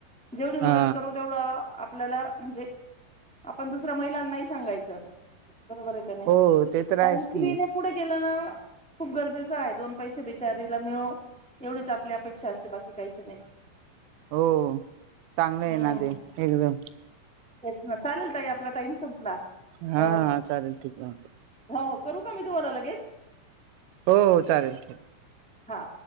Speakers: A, in the centre; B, on the right.
A: जेवढी
B: हा
A: मदत करू तेवढं आपल्याला म्हणजे आपण दुसऱ्या महिलांनाही सांगायचं बरोबरच आहे का नाही
B: हो ते तर
A: कारण
B: आहेच
A: स्त्रीने
B: की
A: पुढे गेलं ना खूप गरजेचं आहे दोन पैसे बिचारीला मिळो एवढीच आपली अपेक्षा असते बाकी काहीच नाहीय
B: हो चांगलंय
A: हम्म
B: आहे ना ते एकदम
A: तेच ना चालेल ताई आपला टाईम संपला
B: हा
A: हो हो
B: चालेल ठीक आहे
A: हो करू का मी तुम्हाला लगेच
B: हो हो चालेल ल
A: हा आ